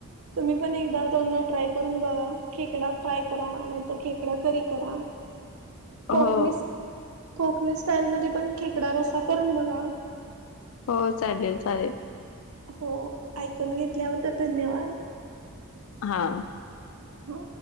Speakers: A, on the right; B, on the left.
A: तुम्ही पण एकदा दोनदा ट्राय. करून बघा खेकडा फ्राय करा नाहीतर खेकडा करी करा. कोकणी
B: हो
A: कोकणी स्टाईल मध्ये पण खेकडा रस्सा करून बघा.
B: हो चालेल चालेल.
A: हो ऐकून घेतल्याबद्दल धन्यवाद.
B: हा.
A: हो.